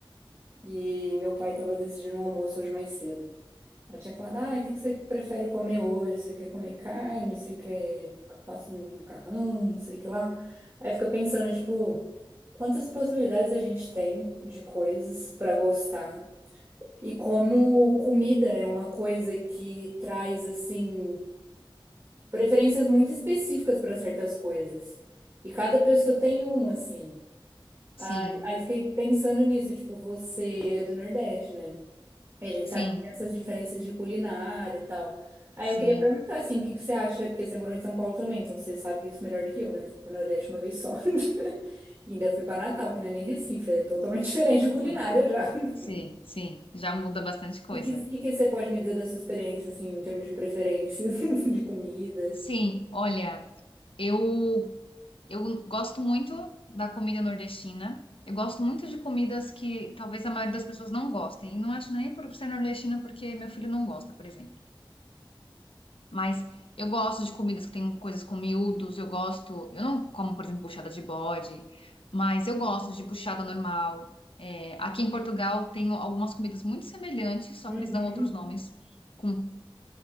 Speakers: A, on the right; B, on the left.
A: e meu pai estava decidindo o almoço hoje mais cedo. Ela tinha falado, ah, o que que você prefere comer hoje? Você quer comer carne? Você quer que eu faça um macarrão? Não sei o que lá. Aí fica pensando, tipo, quantas possibilidades a gente tem de coisas para gostar e como comida é uma coisa que traz, assim, preferências muito específicas para certas coisas. E cada pessoa tem uma, assim.
B: Sim,
A: Aí, aí fiquei pensando nisso, tipo, você é do Nordeste, né? E a gente
B: sim,
A: sabe que tem essas diferenças de culinária e tal. Aí
B: sim,
A: eu queria perguntar, assim, o que que você acha, porque você morou em São Paulo também, então você sabe isso melhor do que eu, né? Eu Fui pro Nordeste uma vez só. <laughs> E ainda fui pra Natal, que não é nem Recife, é totalmente <laughs> diferente de culinária
B: sim,
A: já. <laughs>
B: sim, sim. Já muda bastante coisa.
A: E que, que que você pode me dizer dessa experiência, assim, em termos de preferências, <laughs> de comida?
B: Sim, olha, eu eu gosto muito da comida nordestina. Eu gosto muito de comidas que talvez a maioria das pessoas não gostem. E não acho nem por ser nordestina porque meu filho não gosta, por exemplo. Mas eu gosto de comidas que tem coisas com miúdos, eu gosto. Eu não como, por exemplo, buchada de bode, mas eu gosto de buchada normal. É, aqui em Portugal tem algumas comidas muito semelhantes, só
A: Uhum.
B: que eles dão outros nomes, com